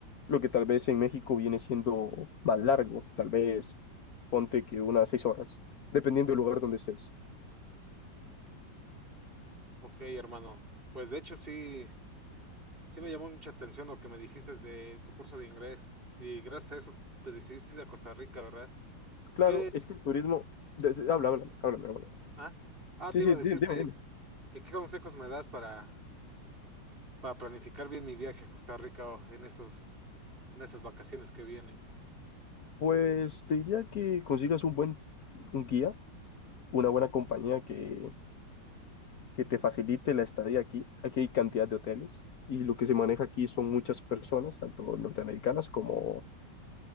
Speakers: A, on the left; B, on the right.
A: Lo que tal vez en México viene siendo más largo, tal vez ponte que unas seis horas, dependiendo del lugar donde estés.
B: Ok, hermano. Pues de hecho sí. Sí me llamó mucha atención lo que me dijiste de tu curso de inglés. Y gracias a eso te decidiste ir a Costa Rica, ¿verdad?
A: Claro,
B: ¿Qué?
A: es que el turismo. des- Habla, habla, háblame, háblame.
B: Ah, ah,
A: Sí,
B: te
A: sí,
B: iba a decir
A: dime, dime,
B: que,
A: dime.
B: que qué consejos me das para, para planificar bien mi viaje a Costa Rica o en estos, en esas vacaciones que vienen.
A: Pues te diría que consigas un buen un guía, una buena compañía que, que te facilite la estadía aquí. Aquí hay cantidad de hoteles y lo que se maneja aquí son muchas personas, tanto norteamericanas como,